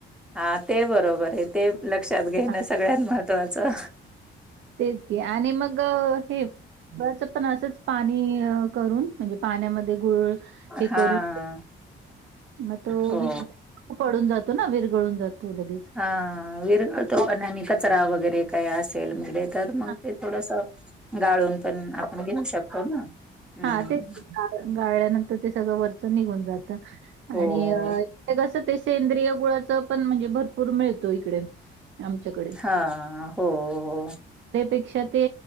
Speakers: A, in the centre; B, on the right (about 70°).
A: हा ते बरोबर आहे ते लक्षात घेणं
B: हां.
A: सगळ्यात महत्वाचं
B: तेच की आणि मग हेचं पण असंच पाणी करून म्हणजे पाण्यामध्ये गुळ हे
A: हा.
B: करून मग तो
A: हो
B: पडून जातो ना विरगळून जातो लगेच
A: हा विरगळतो पण कचरा वगैरे काही असेल म्ह तर मग
B: हां,
A: ते थोडस गाळून पण आपण घेऊ शकतो ना,
B: हा
A: हम्म
B: तेच गाळल्यानंतर ते सगळं वरच निघून जात आणि
A: हो.
B: कसं ते सेंद्रिय गुळाच पण म्हणजे भरपूर मिळतो इकडे, आमच्याकडे
A: हा हो, हो,
B: ते त्या पेक्षा ते